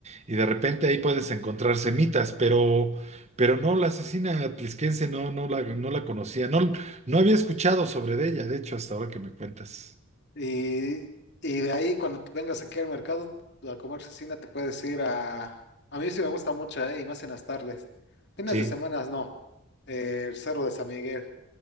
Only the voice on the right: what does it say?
y de repente ahí puedes encontrar semitas, pero, pero no, la asesina atlisquense no, no la, no la conocía, no, no había escuchado sobre de ella, de hecho, hasta ahora que me cuentas.
Sí.